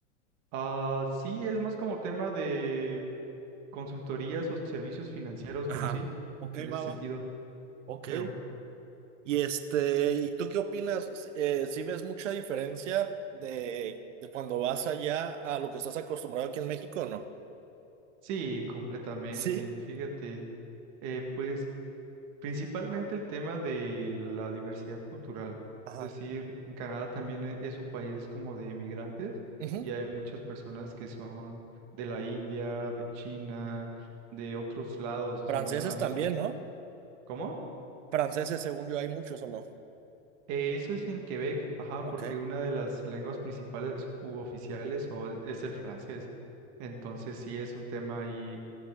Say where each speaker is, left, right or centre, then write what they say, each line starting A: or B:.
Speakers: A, on the right (about 45°); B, on the right (about 80°).
A: Ah, sí, es más como tema de Consultorías o servicios financieros,
B: Ajá.
A: pero sí,
B: Ok,
A: en ese
B: va,
A: sentido.
B: va. Ok.
A: Eu.
B: Y este, ¿y tú qué opinas? Eh, ¿sí ves mucha diferencia de, de cuando vas allá a lo que estás acostumbrado aquí en México o no?
A: Sí, completamente.
B: Sí,
A: Fíjate, eh, pues principalmente el tema de la diversidad cultural.
B: ajá.
A: Es decir, en Canadá también e- es un país como de migrantes
B: Ujú.
A: y hay muchas personas que son de la India, de China, de otros lados, o
B: Franceses
A: sea, no solamente...
B: también, ¿no?
A: ¿Cómo?
B: Franceses, según yo, hay muchos o no.
A: Eh, eso es en Quebec, ajá,
B: Ok.
A: porque una de las lenguas principales u oficiales o e, es el francés. Entonces sí es un tema ahí